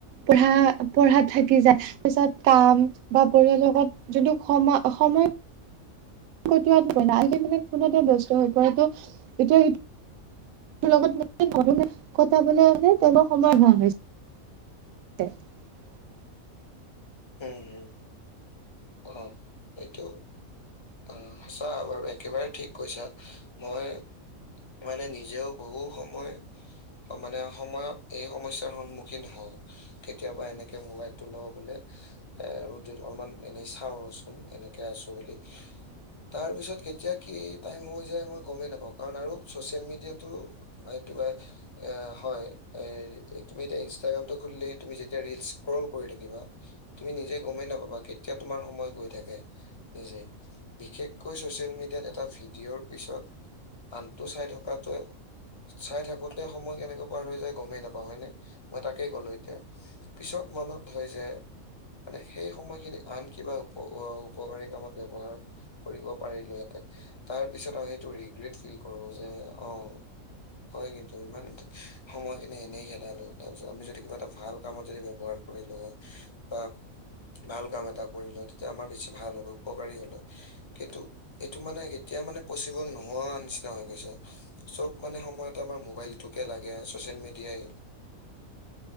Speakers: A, on the right (about 80°); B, on the left (about 30°).
A: পঢ়া পঢ়াত থাকি যায় পিছত কাম বা পৰিয়াল লগত যোনটো সময় সময় <unintelligible> মানে ফোনতে ব্যস্ত হৈ পৰেতো এতিয়া লগত <unintelligible> কটাবলে হলে তেওঁলোক সময় <unintelligible> <unintelligible>
B: উম, হুম, অ', এইটো অ', সঁচা বাৰু একেবাৰে ঠিক কৈছা মই মানে নিজেও বহু সময় মানে সময়ত এই সমস্যাৰ সন্মুখীন হ কেতিয়াবা এনেকে মোবাইলটো লওঁ বোলে এ ৰ দিল অলপমান এনেই চাওঁচোন এনেকে আছোঁ বুলি
A: <inaudible>
B: তাৰ পিছত কেতিয়া কি টাইম হৈ যায় মই গমেই নাপাওঁ কাৰণ আৰু ছ'চিয়েল মিডিয়টো বা এইটো বা এ হয় এই তুমি এতিয়া ইনষ্টাগ্ৰামটো খুলিলে, তুমি যেতিয়া ৰিলচ্ স্কৰল কৰি থাকিবা তুমি নিজে গমেই নাপাবা কেতিয়া তোমাৰ সময় গৈ থাকে জে বিশেষকৈ ছচিয়েল মিডিয়াত এটা ভিডিঅ'ৰ পিছত আনটো চাই থকাতোৱে চাই থাকোতে সময় কেনেকে পাৰ হৈ যায়, গমেই নাপাওঁ হয়নে, মই তাকেই কলো এতিয়া পিছত মনত হয় যে মানে সেই সময়খিনি আন কিবা উপ উপকাৰী কামত ব্যৱহাৰ কৰিব পাৰিলো হেঁতেন। তাৰ পিছত আমি এইটো ৰিগ্ৰেট ফিল কৰো যে অ', হয় কিন্তু, ইমান সময় খিনি এনেই খেদালো তাৰ পিছত আমি যদি কিবা এটা ভাল কামত যদি ব্যৱহাৰ কৰিলো হয়, বা ভাল কাম এটা কৰিলো হয় তেতিয়া আমাৰ বেছি ভাল হলো উপকাৰী হল হয়, কিন্তু এইটো মানে কেতিয়া মানে পচিবল নোহোৱা নিচিনা হৈ গৈছে। চব মানে সময়ত আমাৰ মবাইলটোকে লাগে চচিয়েল মিডিয়াই